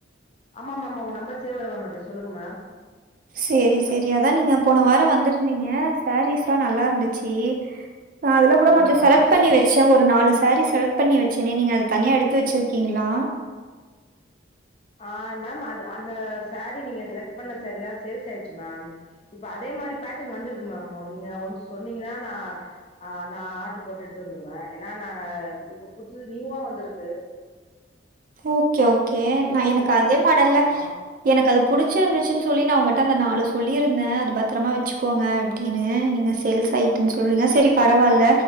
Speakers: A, on the left; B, on the right.
A: ஆமா மேம் உங்க நம்பர் சேவ்ல தா மேம் இருக் சொல்லுங்க மேம்
B: சேரி சேரி அதா நீங்க போன வாரோ வந்திருந்தீங்க சாரீஸ் எல்லா நல்லா இருந்துச்சி நா ஆதுல கூட
A: ஆமா
B: கொஞ்சோ
A: மேம்
B: செலக்ட் பண்ணி வெச் ச்ச ஒரு நாலு சேரீ செலக்ட் பண்ணி வெச்சேனே நீங்க அத தனியாக எடுத்து வெச்சிருக்கீங்களா
A: ஆ மேம் அது அந்த சேரீ நீங்க செலக்ட் பண்ண சேரீல்லா சேல்ஸ் ஆயிடுச்சி மேம் இப்ப அதே மாரி பேட்டன் வந்திருக்கு மேம் நீங்க ஒன்ஸ் சொன்னீங்கன்னா நா ஆ நா ஆர்டர் போட்டு எடுத்து வந்துருவே ஏன்னா நா இப்ப இப்ப புதுசு நியூவா வந்திருக்கு
B: ஓகே ஓகே
A: நியூவா
B: நா என்னக்கு
A: வந்திருக்கு
B: அதே
A: அதனால கொஞ்சம்
B: மாடல்ல
A: ஆ
B: எனக்கு அது புடிச்சிருந்துச்சுன்னு சொல்லி நா உங்கிட்ட அந்த நாலு சொல்லிருந்தே அது பத்திரமா வெச்சுக்கோங்க அப்டின்னு நீங்க சேல்ஸ் ஆயிட்டுன்னு சொல்றீங்க சேரி பரவால்ல